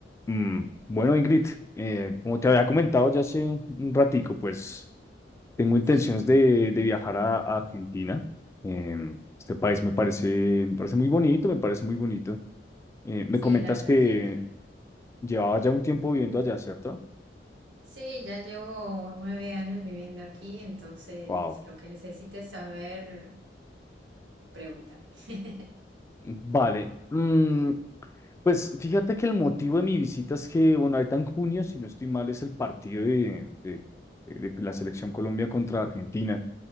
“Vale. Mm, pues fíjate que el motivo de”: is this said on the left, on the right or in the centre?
Left